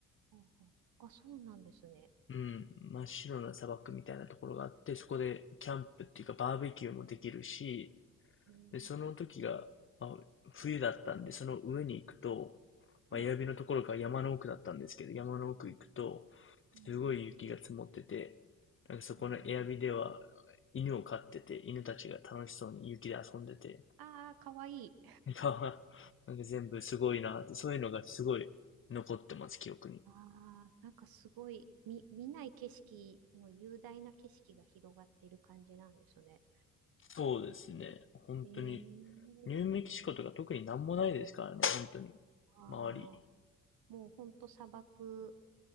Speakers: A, on the right; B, on the left.
A: うんうんあ、そうなんですね。
B: うん、真っ白な砂漠みたいなところがあって、そこでキャンプっていうかバーベキューもできるし、
A: ええ
B: で、その時が、まあ、冬だったんで、その上に行くと、
A: はい。
B: まあ、指のところが山の奥だったんですけど、山の奥行くと、
A: うんうんうん
B: すごい雪が積もってて、なんかそこのエアビでは
A: ええ
B: 犬を飼ってて、犬たちが楽しそうに雪で遊んでて、
A: ああ、かわいい。
B: なんか、なんか全部すごいなって、そういうのがすごい残ってます、記憶に。
A: ああ、なんかすごい、見、見ない景色の雄大な景色が広がっている感じなんですね。
B: そうですね。本当に、
A: ええ
B: ニューメキシコとか特になんもないですからね、本当に。
A: ああ、
B: 周り、
A: もうほんと砂漠、